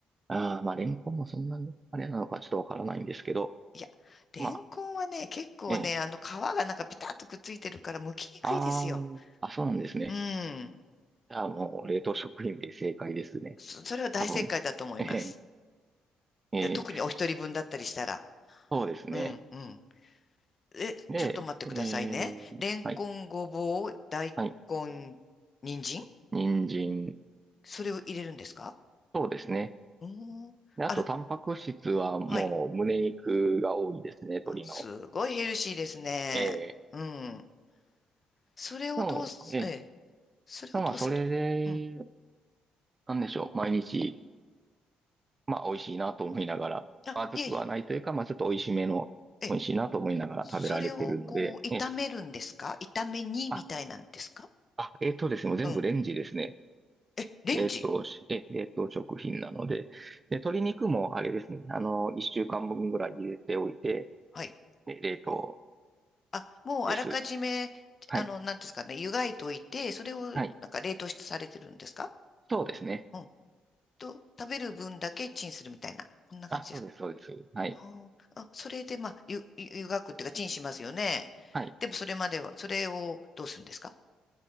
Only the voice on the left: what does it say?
いや、レンコンはね、
結構ね、
あの皮がなんかピタッとくっついてるから剥きにくいですよ。
うん。
そ、それは大正解だと思います。
え特にお一人分だったりしたら。
うん、うん。え、
ちょっと待ってくださいね。
レンコン、
ごぼう、大根、
人参
それを入れるんですか
うーん。
あの、
はい。
あ、すごいヘルシーですね。
うん。それをどうす、
ええ、それをどうされうん。
あ、
いえい
え、ええ、
それをこう、炒めるんですか炒め煮みたいなんですか
うん。え、レンジ
はい。
あ、もうあらかじめ、
あの、なんていうんですかね、湯がいといて、それをなんか冷凍してされてるんですか
うん。と、食べる分だけチンするみたいな。こんな感じですか。
あーあ、それで、まあ、ゆ、ゆ湯がくっていうか、チンしますよね。
でも、それまでは、それをどうするんですか